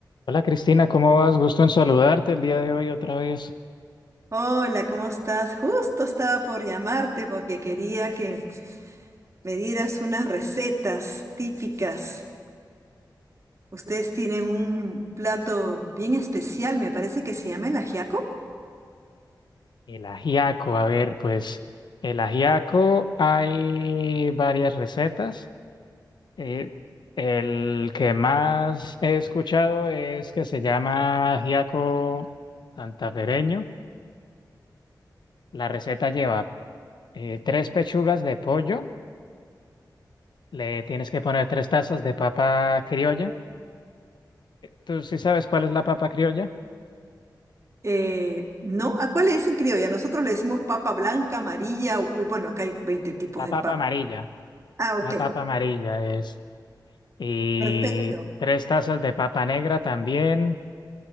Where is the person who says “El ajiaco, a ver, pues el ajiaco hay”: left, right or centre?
Left